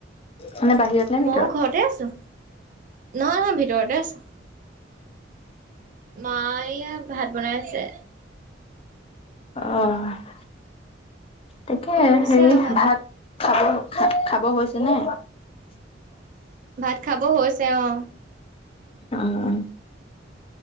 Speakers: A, on the left; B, on the right.
A: মানে বাহিৰত নে ভিতৰত
B: মই ঘৰতে আছো, নহয় নহয় ভিতৰতে আছো। মাই এইয়া ভাত বনাই আছে।
A: অ তাকে
B: হৈছে
A: হেৰি
B: আৰু
A: ভাত খাব খাব হৈছে নে?
B: ভাত খাব হৈছে অঁ।
A: অঁ